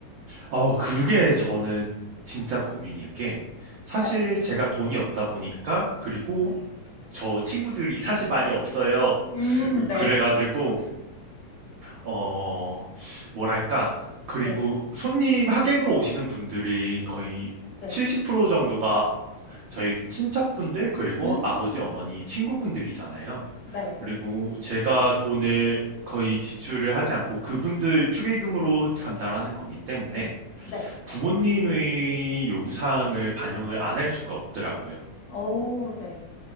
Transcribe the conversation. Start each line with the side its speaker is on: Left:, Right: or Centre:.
Right: 어, 그게 저는 진짜 고민인 게 사실
Left: 네,
Right: 제가 돈이 없다 보니까 그리고
Left: 네.
Right: 저 친구들이 사실 많이 없어요.
Left: 음, 네,
Right: 그래가지고, 어, 뭐랄까. 그리고
Left: 네,
Right: 손님, 하객으로 오시는 분들이 거의
Left: 네.
Right: 70% 정도가 저희 친척분들, 그리고
Left: 음,
Right: 아버지, 어머니, 친구분들이잖아요.
Left: 네,
Right: 그리고 제가 돈을 거의 지출을 하지 않고 그분들 축의금으로 감당하는 거기 때문에
Left: 네.
Right: 부모님의 요구사항을 반영을 안 할 수가 없더라고요.
Left: 오, 네,